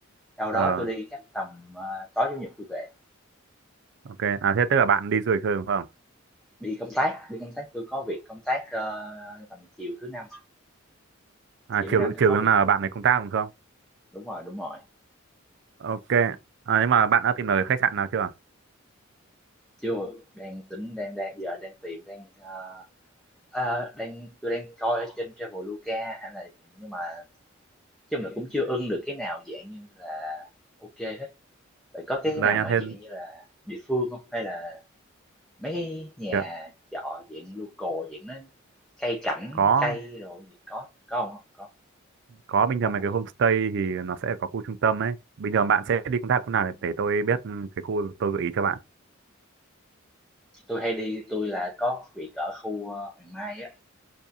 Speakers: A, in the centre; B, on the right (about 60°).
A: sau đó
B: ờ,
A: tôi đi chắc tầm, ờ, tối Chủ nhật tôi về.
B: ok, à thế tức là bạn đi du lịch thôi đúng không?
A: Đi công tác, đi công tác tôi có việc công tác, ơ, tầm chiều thứ Năm,
B: À
A: chiều thứ
B: chiều
A: Năm tôi
B: chiều
A: có việc
B: là bạn này công tác đúng không?
A: đúng rồi, đúng rồi,
B: Ok, à, nhưng mà bạn đã tìm được khách sạn nào chưa?
A: chưa, đang tính đang đang giờ đang tìm, đang, ơ, ơ, đang tôi đang coi ở trên Traveloka hay là nhưng mà nói chung là cũng chưa ưng được cái nào dạng như là ok hết. vậy có cái
B: Đây
A: nào
B: nha
A: mà
B: thêm
A: dạng như là địa phương không Hay là Mấy cái nhà
B: kìa,
A: trọ dạng local dạng nó cây cảnh,
B: có
A: cây đồ gì có có không Có,
B: có bình
A: tuyệt vời.
B: thường mấy cái homestay thì nó sẽ có khu trung tâm ấy. Bình thường bạn sẽ đi công tác khu nào
A: Ừm,
B: để tôi biết ừ, cái khu tôi gợi ý cho bạn.
A: tui hay đi tôi là có việc ở khu, ơ, Hoàng Mai á,